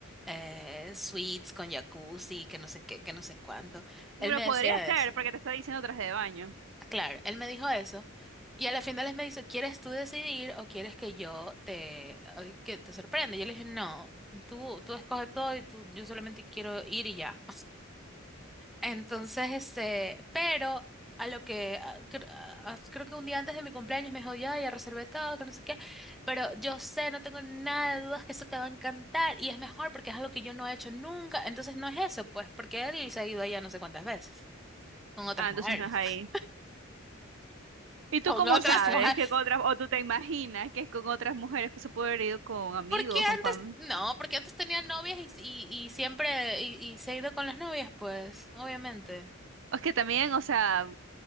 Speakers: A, in the centre; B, on the right.
A: eh, suites con jacuzzi, que no sé qué, que no sé cuánto.
B: Bueno,
A: Él me
B: podría
A: decía
B: ser,
A: eso.
B: porque te está diciendo traje de baño.
A: Claro, él me dijo eso. Y a la final él me dice, ¿quieres tú decidir o quieres que yo te, ay, que te sorprenda? Yo le dije, no, tú, tú escoges todo y tú, yo solamente quiero ir y ya. Entonces, este, pero a lo que, a- cre- a- a- creo que un día antes de mi cumpleaños me dijo, ya, ya reservé todo, que no sé qué, pero yo sé, no tengo nada de dudas que eso te va a encantar y es mejor porque es algo que yo no he hecho nunca. Entonces no es eso, pues, porque él se ha ido allá no sé cuántas veces, con otras
B: Ah, entonces
A: mujeres.
B: no es ahí. ¿Y tú
A: Con
B: cómo
A: otras
B: sabes
A: mujeres.
B: que con otras, o tú te imaginas que es con otras mujeres que se puede haber ido con amigos,
A: Porque
B: con
A: antes,
B: familia?
A: no, porque antes tenía novias y, y, y siempre, y, y se ha ido con las novias, pues, obviamente.
B: Es que también, o sea,